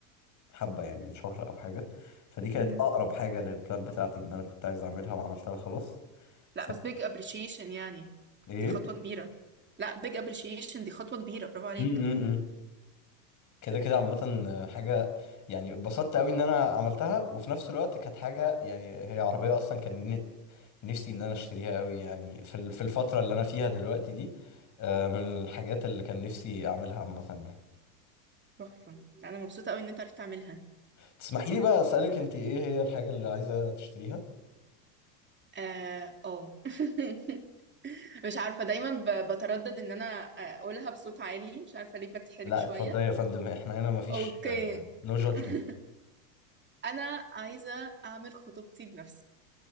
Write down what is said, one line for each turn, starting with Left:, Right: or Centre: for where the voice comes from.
Left: حبة يعني من شهر أو حاجة فدي كانت
Right: امم
Left: أقرب حاجة للبلان بتاعتي إن أنا كنت عايز أعملها وعملتها خلاص
Right: لا
Left: ف
Right: بس big appreciation يعني
Left: إيه؟
Right: دي خطوه كبيره لا big appreciation دي خطوه كبيره برافو عليك
Left: م- م- م. كده كده عامة حاجة يعني اتبسطت قوي ان انا عملتها وفي نفس الوقت كانت حاجة يعني هي عربية اصلا كان ن- نفسي ان انا اشتريها قوي يعني في ال- في الفترة اللي انا فيها دلوقتي دي آه، من الحاجات اللي كان نفسي اعملها عامة يعني
Right: تحفه لا، انا مبسوطه قوي ان انت عرفت تعملها
Left: تسمحي لي بقى اسألك انت ايه هي الحاجة اللي عايزة تشتريها؟
Right: اه آه. <laughs> مش عارفة دايما ب- بتردد ان انا آه، اقولها بصوت عالي مش عارفة ليه بتحرك
Left: لا
Right: شوية
Left: اتفضلي يا فندم احنا هنا مفيش
Right: اوكي
Left: نو جادجمنت
Right: <laughs> انا عايزة اعمل خطوبتي بنفسي